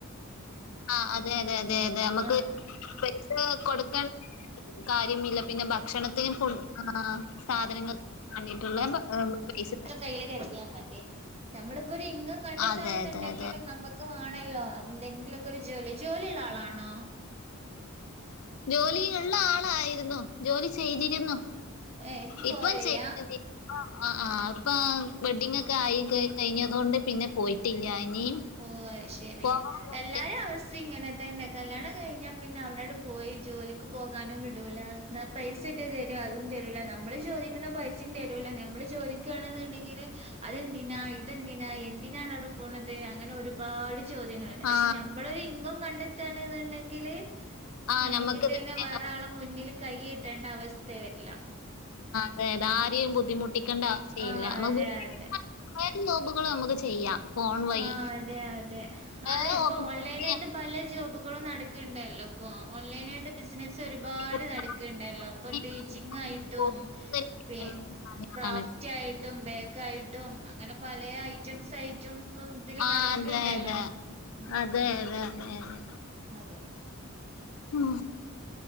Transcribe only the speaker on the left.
ആ അതെ അതെ അതെ അതെ നമ്മുക്ക്
പൈസ കൊടുക്ക കാര്യമില്ല പിന്നെ ഭക്ഷണത്തിന് ഫു സാധനങ്ങൾ വണ്ടിട്ടുള്ള <unintelligible>
അതെ അതെ അതെ
ജോലിള്ള ആളായിരുന്നു ജോലി ചെയ്തിരുന്നു
ഇപ്പം
ചെയ്യുന്നതില്ല ആ ആ അപ്പ വെഡ്ഡിങ് ഒക്കെ ആയി കഴിഞ്ഞതൊണ്ട് പിന്നെ പോയിട്ടില്ല ഇനിയും
പോകണമെന്നുണ്ട്
ആ
<unintelligible>
തന്നെ
ആ
അത താരെയും ബുദ്ധിമുട്ടിക്കേണ്ട
അവസ്ഥയില്ല
നമ്മുക്ക്ജോബുകൾ
നമുക്ക് ചെയ്യാം ഫോൺ വഴി
വേറെ
ഞങ്ങൾക്ക്
ഇപ്പൊ
തന്നെ
ഉണ്ടല്ലോ.
കൂടുതൽ കിട്ടുന്ന
കാര്യങ്ങളാണ്.
ആ
അതെ അതെ
അതെ അതെ അതെ അതെ
ആ